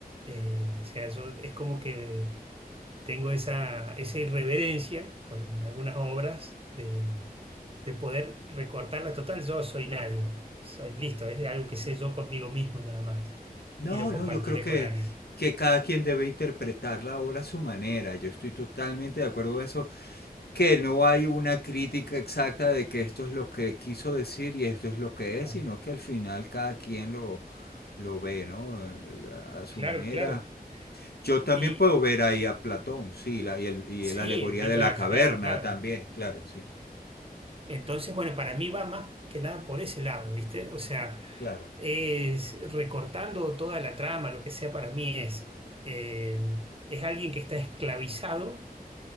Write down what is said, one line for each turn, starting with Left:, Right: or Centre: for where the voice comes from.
Right: eh, o sea, yo- es como que tengo esa, esa irreverencia con algunas obras de, de poder recortarla total. Yo soy nadie, soy listo, es algo que sé yo conmigo mismo y nada más,
Left: No,
Right: y lo compartiré
Left: no, yo creo que,
Right: con alguien.
Left: que cada quien debe interpretar la obra a su manera. Yo estoy totalmente de acuerdo con eso, que no hay una crítica exacta de que esto es lo que quiso decir y esto es lo que
Right: Claro,
Left: es, sino que al final cada quien lo, lo ve, ¿no? Eh, A su
Right: claro,
Left: manera.
Right: claro.
Left: Yo también
Right: Y
Left: puedo ver ahí a Platón, sí, la, y, el, y
Right: sí,
Left: la alegoría
Right: el mito
Left: de la
Right: de la
Left: caverna
Right: caverna, claro.
Left: también, claro, sí,
Right: Entonces, bueno, para mí va más que nada por ese lado, ¿viste? O sea,
Left: claro,
Right: es recortando toda la trama, lo que sea para mí es, eh, es alguien que está esclavizado